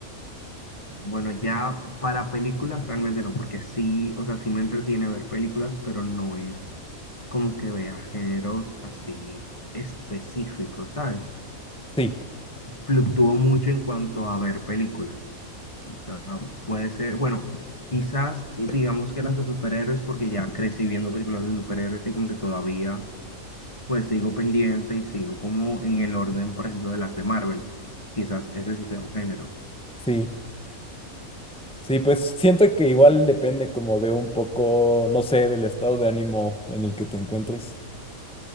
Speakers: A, on the left; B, in the centre.
A: bueno, ya para películas realmente no, porque sí, o sea, sí me entretiene ver películas, pero no es como que vea géneros así específicos, ¿sabes?
B: Sí,
A: Fluctúo mucho en cuanto a ver películas. O sea, puede ser, bueno, quizás eh, digamos que las de superhéroes, porque ya crecí viendo películas de superhéroes y como que todavía pues sigo pendiente y sigo como en el orden, por ejemplo, de las de Marvel. Quizás ese sí sea un género.
B: sí, sí, pues siento que igual depende como de un poco, no sé, del estado de ánimo en el que te encuentres.